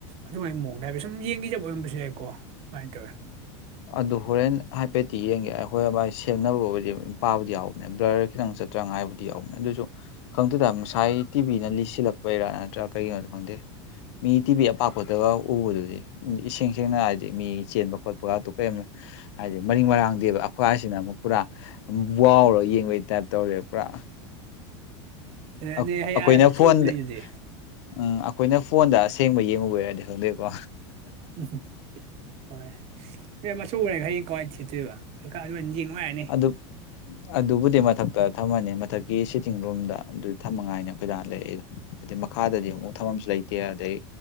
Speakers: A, on the right (about 40°); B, on the left (about 70°).
A: ꯑꯗꯨꯃꯥꯏꯅ ꯃꯑꯣꯡꯗ ꯍꯥꯏꯕ ꯁꯨꯝ ꯌꯦꯡꯈꯤꯖꯕ ꯑꯣꯏꯔꯝꯕꯁꯨ ꯌꯥꯏꯀꯣ ꯑꯗꯨꯃꯥꯏꯅ ꯇꯧꯋꯦ
B: ꯑꯗꯨ ꯍꯣꯔꯦꯟ ꯍꯥꯏꯐꯦꯠꯇꯤ ꯌꯦꯡꯒꯦ ꯍꯣꯏꯕꯥꯥꯏ ꯁꯦꯝꯅꯕꯕꯨꯗꯤ ꯄꯥꯕꯨꯗꯤ ꯌꯥꯎꯕꯅꯦ ꯕ꯭ꯂꯔ ꯈꯤꯇꯪ ꯆꯠꯇ꯭ꯔꯉꯥꯏꯕꯨꯗꯤ ꯌꯥꯎꯕꯅꯦ ꯑꯗꯨꯁꯨ ꯈꯪꯗꯦꯗ ꯉꯁꯥꯏ ꯇꯤꯚꯅ ꯂꯤꯁꯤꯜꯂꯛꯄꯩꯔꯥ ꯅꯠꯇ꯭ꯔꯥ ꯀꯩꯒꯤꯅꯣ ꯈꯪꯗꯦ ꯃꯤ ꯇꯤꯚ ꯑꯄꯥꯛꯄꯗꯒ ꯎꯕꯗꯨꯗꯤ ꯏꯁꯦꯡ ꯁꯦꯡꯅ ꯍꯥꯏꯔꯗꯤ ꯃꯤ ꯆꯦꯟꯕ ꯈꯣꯠꯄꯒ ꯀꯩ ꯍꯥꯏꯗꯤ ꯃꯔꯤ ꯃꯔꯥꯡꯗꯦꯕ ꯑꯩꯈ꯭ꯋꯥꯏꯁꯤꯅ ꯑꯃꯨꯛ ꯄꯨꯔꯥ ꯋꯥꯎꯔꯣ ꯌꯦꯡꯕꯩ ꯇꯥꯏꯞ ꯇꯧꯔꯦ ꯄꯨꯔꯥ
A: ꯑꯗꯨꯅꯦ
B: ꯑꯩꯈꯣꯏꯅ
A: ꯍꯌꯦꯡ ꯑꯥ ꯑꯆꯧꯕ
B: ꯐꯣꯟꯗ
A: ꯑꯃ ꯂꯩꯗꯨꯗꯤ
B: ꯎꯝ ꯑꯈꯣꯏꯅ ꯐꯣꯟꯗ ꯑꯁꯦꯡꯕ ꯌꯦꯡꯉꯨꯕꯩꯔꯗꯤ ꯈꯪꯗꯦꯀꯣ
A: ꯎꯝ ꯍꯣꯏ ꯏ ꯃꯆꯨ ꯍꯌꯦꯡ ꯀꯋꯥꯏ ꯊꯤꯠꯇꯣꯏꯕ ꯊꯤꯠꯀꯥꯟ ꯌ‌ꯦꯡ ꯅꯨꯡꯉꯥꯏꯔꯅꯤ
B: ꯗꯨꯞ ꯑꯗꯨꯕꯨꯗꯤ ꯃꯊꯛꯇ ꯊꯝꯃꯅꯤ ꯃꯊꯛꯀꯤ ꯁꯤꯇꯤꯡ ꯔꯨꯝꯗ ꯑꯗꯨꯗꯤ ꯊꯝꯃꯉꯥꯏꯅꯦ ꯑꯩꯈꯣꯏꯗꯥ ꯂꯩꯔꯛꯏꯗꯣ
A: <inaudible>
B: ꯈꯥꯗꯗꯤ ꯑꯃꯨꯛ ꯊꯝꯕꯝꯁꯨ ꯂꯩꯇꯦ ꯑꯗꯩ